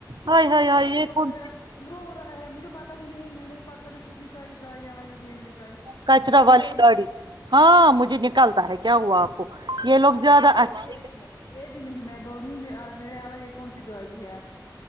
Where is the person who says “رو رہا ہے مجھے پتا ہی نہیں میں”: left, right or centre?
Left